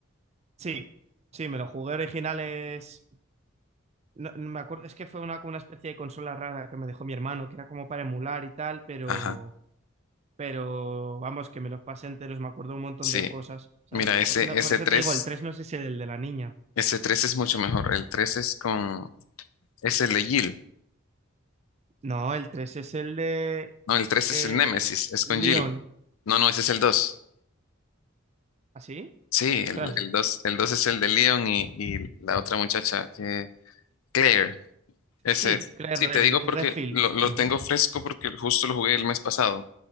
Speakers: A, on the right; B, on the left.
A: Sí, sí, me lo jugué original, es... No, no me acuerdo, es que fue una, como una especie de consola rara que me dejó mi hermano, que era como para emular y tal, pero...
B: Ajá,
A: pero vamos, que me los pasé enteros, me acuerdo un montón
B: sí.
A: de cosas, ¿sabes?
B: Mira, ese,
A: Por, no-
B: ese
A: por eso
B: tres
A: te digo, el tres no sé si es el de la niña.
B: ese 3 es mucho mejor. El 3 es con, es el de Jill.
A: No, el 3 es el de
B: No, el 3 es
A: eh,
B: el Nemesis, es
A: Leon.
B: con Jill. No, no, ese es el dos
A: ¿Así?
B: Sí,
A: Ostras,
B: el, el dos el dos es el de Leon y, y la otra muchacha que, Claire, ese
A: sí,
B: es.
A: Craig
B: Sí,
A: Red-
B: te digo
A: Redfield.
B: porque lo, lo
A: Ujú.
B: tengo fresco porque justo lo jugué el mes pasado.